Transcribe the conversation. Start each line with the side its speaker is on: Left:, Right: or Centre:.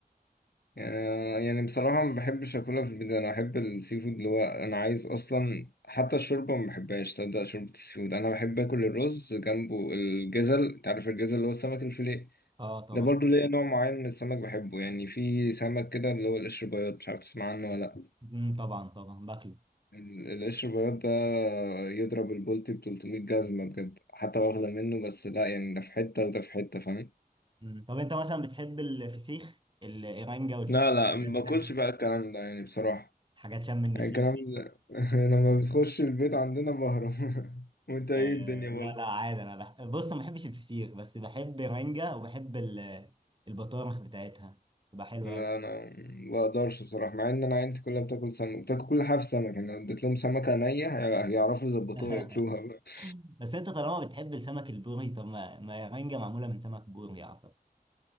Left: آه، يعني بصراحة ما بحبش أكلها في البيت أنا أحب السي فود اللي هو أنا عايز أصلا حتى الشوربة ما بحبهاش تصدق شوربة السي فود أنا بحب آكل الرز جنبه الجزل أنت عارف الجزل اللي هو السمك الفيليه
Right: اه طبعا
Left: ده برضو ليا نوع معين من السمك بحبه يعني في سمك كده اللي هو القشر بياض مش عارف تسمع عنه ولا لأ
Right: امم طبعا طبعا باكله
Left: ال- القشر بياض ده يضرب البولتي ب 300 جزمة بجد حتى واخدة منه بس لأ يعني ده في حتة وده في حتة فاهم
Right: مم. طب انت مثلا بتحب الفسيخ الايرانجا والفسيخ
Left: لا لا
Right: الحاجات
Left: ما
Right: بتاعت
Left: باكلش بقى الكلام ده يعني بصراحة
Right: حاجات شم النسيم
Left: يعني الكلام ده <laughs> لما بتخش البيت عندنا بهرب <laughs> وانت ايه
Right: آه
Left: الدنيا برضه
Right: لا لا عادي انا بح... بص ما بحبش الفسيخ بس بحب ايرانجا وبحب ال- البطارخ بتاعتها تبقى حلوه
Left: لا
Right: أوي.
Left: انا ما بقدرش بصراحه مع ان انا عيلتي كلها بتاكل سمك بتاكل كل حاجه في سمك يعني لو اديت لهم سمكه نيه هي- هيعرفوا يظبطوها
Right: <laughs>
Left: ياكلوها بقى <laughs>
Right: بس انت طالما بتحب السمك البوري طب ما ما ايرانجا معموله من سمك بوري اعتقد